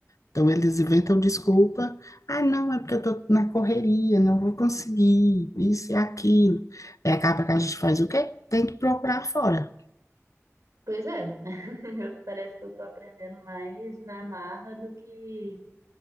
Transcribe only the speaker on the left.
Então eles inventam desculpa. Ah, não, é porque eu tô na correria, não vou conseguir, isso e aquilo. Aí acaba que a gente faz o quê? Tem que procurar fora.